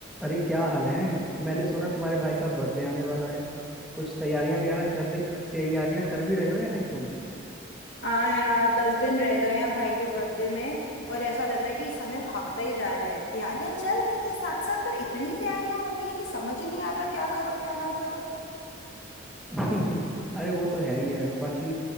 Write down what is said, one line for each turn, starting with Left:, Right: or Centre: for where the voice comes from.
Centre: अरे क्या हाल है मैंने सुना तुम्हारे भाई का बर्थडे आने वाला है कुछ तैयारियां वगैरह कर रहे तैयारियां कर भी रहे हो या नहीं तुम
Left: हाँ यार दस दिन रह गए हैं भाई के बर्थडे में और ऐसा लग रहा है कि समय भागता ही जा रहा है तैयारियां चल रही हैं साथ साथ पर इतनी तैयारियां होती हैं कि समझ ही नहीं आता क्या करो क्या ना करो
Centre: <laughs> अरे वो तो है ही है बाकी